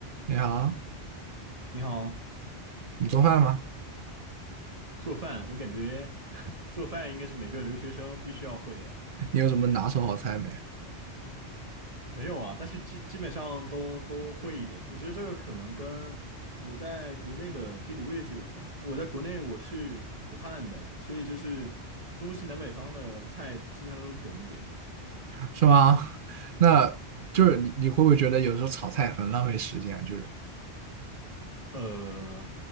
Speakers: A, on the right; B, on the right.
A: 你好，
B: 你好，
A: 你做饭吗？
B: 做饭，我感觉 <laughs> 做饭应该是每个留学生必须要会的呀。
A: 你有什么拿手好菜没？
B: 没有啊，但是基基本上都都会一点。我觉得这个可能跟我在国内的地理位置有关。我在国内我是武汉的，所以就是东西南北方的菜基本上都懂一点。
A: 是吗？<laughs> 那就是你，你会不会觉得有时候炒菜很浪费时间？就是，
B: 呃，